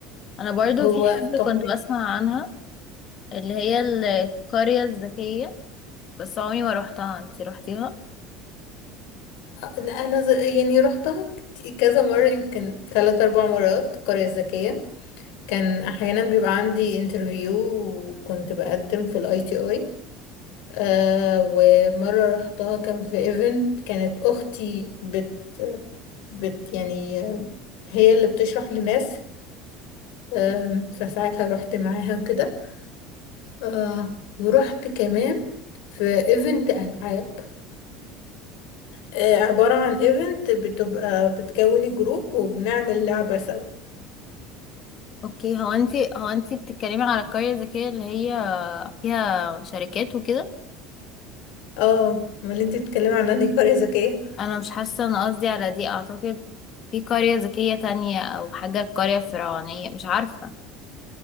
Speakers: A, on the left (about 30°); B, on the left (about 65°).
A: أنا برضو
B: هو
A: في حاجة
B: تقريبا
A: كنت بسمع عنها اللي هي القرية الذكية بس عمري ما روحتها انتي روحتيها
B: لا انا ز- يعني روحتها كت- كذا مرة يمكن ثلاث اربع مرات قرية ذكية كان احيانا بيبقى عندي انترفيو وكنت بقدم في الاي تي اي آه ومره رحتها كان في ايفنت كانت اختي بت بت يعني آه، هي اللي بتشرح لناس آه فساعتها رحت معاها وكده آه ورحت كمان في ايفنت العاب آه عباره عن ايفنت بتبقى بتكوني جروب وبنعمل لعبه سوا
A: اوكي هو انتي هو انتي بتتكلمي على القرية الذكية اللي هي فيها شركات وكده
B: اه امال انت بتتكلمي عن انهي قريه ذكيه
A: انا مش حاسة انا قصدي على دي اعتقد في قرية ذكية تانية او حاجة القرية الفرعونية مش عارفة